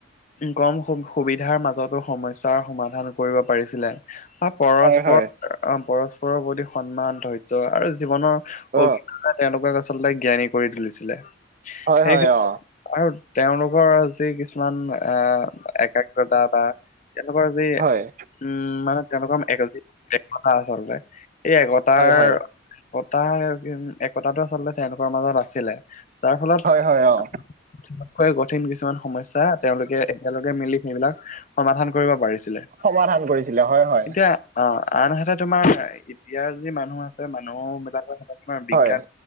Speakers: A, on the left; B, on the right.
A: কম সুবিধাৰ মাজতো সমস্যাৰ সমাধান কৰিব পাৰিছিলে। পৰস্পৰ
B: হয় হয়
A: অ পৰস্পৰৰ প্ৰতি সন্মান ধৈৰ্য্য আৰু জীৱনৰ
B: অ
A: অভিজ্ঞতা তেওঁলোকক আচলতে জ্ঞানী কৰি তুলিছিলে সেই
B: হয় হয়
A: ক্ষেত্ৰত
B: অ
A: আৰু তেওঁলোকৰ যি কিছুমান এ একাগ্ৰতা বা তেওঁলোকৰ যি
B: হয়
A: উম মানে তেওঁলোকৰ এক একতা আচলতে এই একতাৰ
B: হয় হয়
A: একতা একতাটো আচলতে তেওঁলোকৰ মাজত আছিলে যাৰ ফলত
B: হয় হয় অ
A: কঠিনতকৈ কঠিন কিছুমান সমস্যা তেওঁলোকে একেলগে মিলি সেইবিলাক সমাধান কৰিব পাৰিছিলে
B: সমাধান কৰিছিলে হয় - হয়।
A: এতিয়া অ, আনহাতে তোমাৰ এতিয়াৰ যি মানুহ আছে মানুহ বিলাকৰ লগত আমাৰ বিজ্ঞান
B: হয়